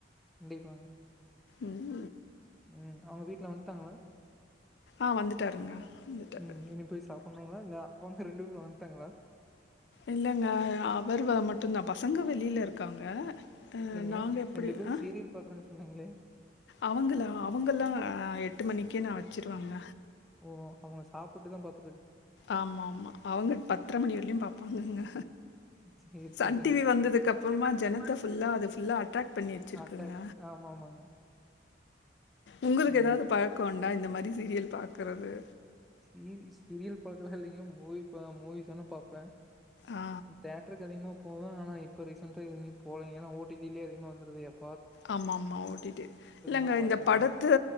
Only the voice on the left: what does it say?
ம்.
ஆஹ வந்துட்டாருங்க வந்துட்டாரு.
இல்லங்க அவர் வ மட்டு்தா பசங்க வெளியில இருக்காங்க அ
நாங்க எப்புடி
அ
அவங்களா அவங்கல்லா அ எட்டு மணிக்கே நா வச் ச்சிருவாங்க
ஆமா ஆமா அவுங்க பத்தர மணிவெரிலியும் பாப்பாங்கங்க
சன்
டி வி வந்துதுக்கப்புறமா
ஜனத்த ஃபுல்லா அது ஃபுல்லா அட்ரக்ட் பண்ணி வெச்சிருக்குங்க
உங்குளுக்கு ஏதாவது
பழக்கொண் டா இந்த மாரி சீரியல் பாக்கறது
ஆ
ஆமா ஆமா ஓ டி டி இல்லங்க
இந்த படத்த